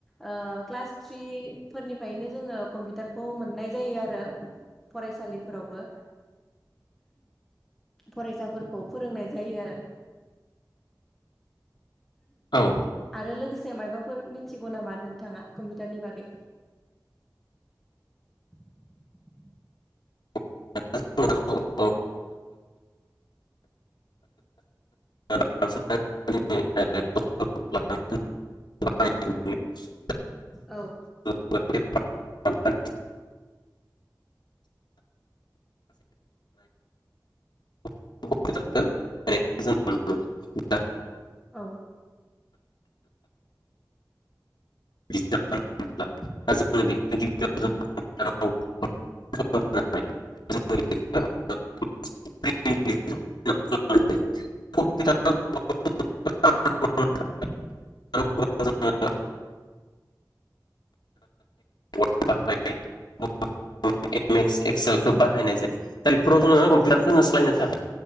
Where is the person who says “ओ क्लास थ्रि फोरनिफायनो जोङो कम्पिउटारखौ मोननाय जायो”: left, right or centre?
Centre